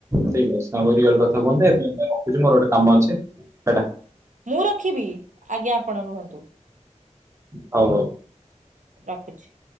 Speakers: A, on the right; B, on the right.
A: ଠିକ ଅଛି ସାଙ୍ଗ ରିଅଲ କଥା କୁହନ୍ତେ, ଏବେ ରଖୁଛି ମୋର ଗୋଟେ କାମ ଅଛି, ଟା ଟା।
B: ମୁଁ ରଖିବି, ଆଜ୍ଞା ଆପଣ ରୁହନ୍ତୁ।
A: ହଉ ହଉ।
B: ରଖୁଚି।